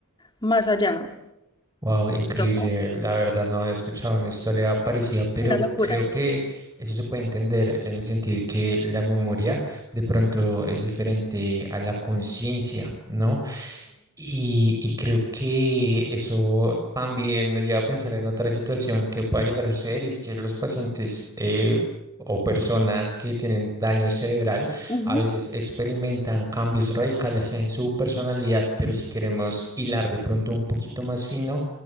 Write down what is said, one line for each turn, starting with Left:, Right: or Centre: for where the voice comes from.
Left: más allá.
Right: Wow, increíble.
Left: Loco,
Right: La verdad no había escuchado una historia parecida, pero
Left: una locura.
Right: creo que eso se puede entender en el sentido de que la memoria de pronto es diferente a la conciencia, ¿no? Y, y creo que eso también me lleva a pensar en otra situación que pueda llegar a suceder, y es que los pacientes eh, o personas que tienen daño cerebral
Left: Ujú,
Right: a veces experimentan cambios radicales en su personalidad, pero si queremos hilar de pronto un poquito más fino,